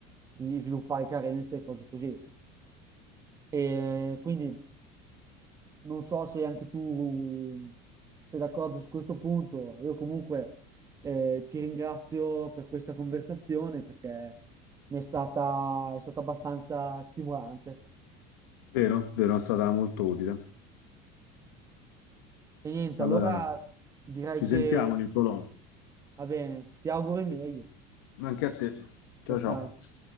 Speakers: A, on the right; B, on the left.
A: di sviluppare carenze e cose così. E quindi non so se anche tu sei d'accordo su questo punto. Io comunque eh, ti ringrazio per questa conversazione perché mi è stata, è stata abbastanza stimolante.
B: Vero, vero, è stata molto utile.
A: E niente,
B: Allora,
A: allora direi
B: ci
A: che
B: sentiamo, Nicolò.
A: va bene, ti auguro il meglio.
B: Anche a te. Ciao,
A: Ciao ciao.
B: ciao.